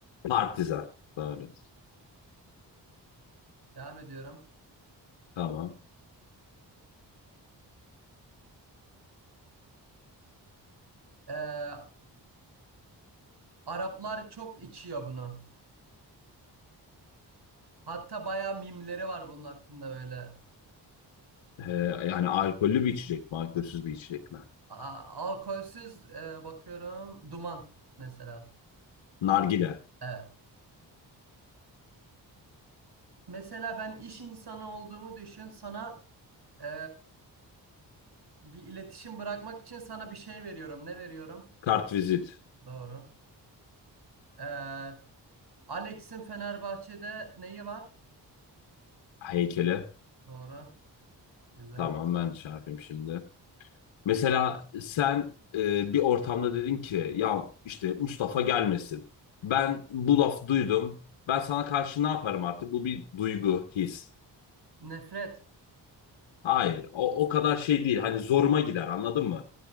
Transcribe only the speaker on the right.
Devam ediyorum.
Ee, Araplar çok içiyor bunu. Hatta bayağı mimleri var bunun hakkında böyle.
A- alkolsüz e, bakıyorum. Duman mesela.
Evet. Mesela ben iş insanı olduğumu düşün. Sana e, bir iletişim bırakmak için sana bir şey veriyorum. Ne veriyorum?
Doğru. E, Alex'in Fenerbahçe'de neyi var?
Doğru. Güzel.
Nefret.